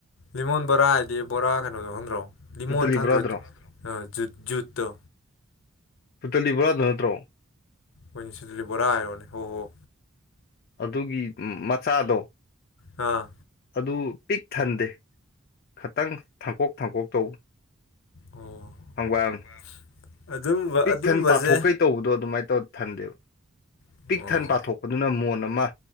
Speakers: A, on the left (about 65°); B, on the left (about 45°).
A: ꯂꯤꯃꯣꯟ ꯕꯣꯔꯥ ꯍꯥꯏꯗꯤ ꯕꯣꯔꯥ ꯀꯩꯅꯣꯗꯣ ꯈꯪꯗ꯭ꯔꯣ ꯂꯤꯃꯣꯟ
B: ꯄꯨꯇꯂꯤ
A: ꯈꯪꯗ꯭ꯔꯣ
B: ꯕꯣꯔꯥꯗꯨꯔꯣ
A: ꯖꯨꯠ ꯖꯨꯠꯇꯣ
B: ꯐꯨꯠꯇꯜꯂꯤ ꯕꯣꯔꯥꯗꫭ ꯅꯠꯇ꯭ꯔꯣ
A: ꯋꯥꯏꯅꯨꯁꯤꯂꯤ ꯕꯣꯔꯥ ꯍꯥꯏꯔꯣꯅꯦ ꯍꯣꯏ ꯍꯣꯏ
B: ꯑꯗꯨꯒꯤ ꯃꯆꯥꯗꯣ
A: ꯑꯥ
B: ꯑꯗꯨ ꯄꯤꯛ ꯊꯟꯗꯦ ꯈꯇꯪ ꯊꯥꯡꯀꯣꯛ ꯊꯥꯡꯀꯣꯛ ꯇꯧ
A: ꯑꯣ
B: ꯍꯪꯕꯥꯏ ꯑꯃ
A: <inaudible> ꯑꯗꯨꯝꯕ
B: ꯄꯤꯛ
A: ꯑꯗꯨꯝꯕꯁꯦ
B: ꯊꯟ ꯄꯥꯊꯣꯛꯀꯩ ꯇꯧꯕꯗꯣ ꯑꯗꯨꯃꯥꯏ ꯇꯧ ꯊꯟꯗꯦꯕ
A: ꯑꯣ
B: ꯄꯤꯛ ꯊꯟ ꯄꯥꯊꯣꯛꯄꯗꯨꯅ ꯃꯣꯟ ꯑꯃ